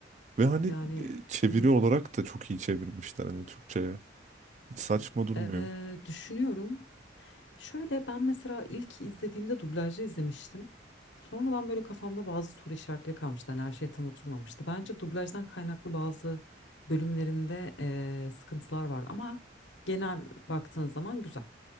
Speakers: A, on the right; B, on the left.
A: Ve hani
B: Yani
A: e, çeviri
B: hı.
A: olarak da çok iyi çevirmişler hani Türkçe'ye. Hiç saçma durmuyor.
B: Eee, düşünüyorum. Şöyle ben mesela ilk izlediğimde dublajlı izlemiştim. Sonradan böyle kafamda bazı soru işaretleri kalmıştı. Yani her şey tam oturmamıştı. Bence dublajdan kaynaklı bazı bölümlerinde eee, sıkıntılar var ama genel baktığın zaman güzel